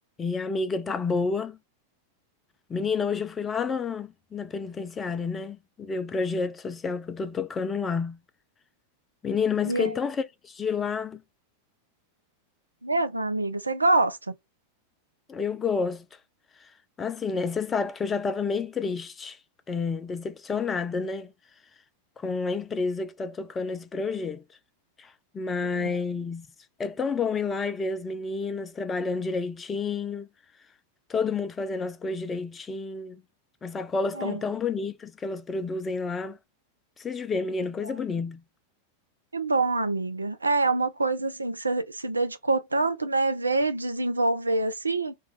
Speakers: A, on the left (about 20°); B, on the right (about 80°).
A: E a amiga tá boa. Menina, hoje eu fui lá na, na penitenciária, né? Ver o projeto social que eu tô tocando lá. Menina, mas
B: E
A: fiquei
B: é
A: tão feliz de ir lá.
B: mesmo, amiga? Você gosta?
A: Eu gosto. Assim, né? Você sabe que eu já tava meio triste, é, decepcionada, né? Com a empresa que tá tocando esse projeto. Mas
B: Hum,
A: é tão bom ir lá e ver as meninas trabalhando direitinho. Todo mundo fazendo as coisas direitinho. As sacolas
B: É,
A: estão tão bonitas que elas produzem lá. Preciso de ver, menino,
B: que bom.
A: coisa bonita.
B: Que bom, amiga. É é uma coisa assim que você se dedicou tanto, né? Ver desenvolver assim,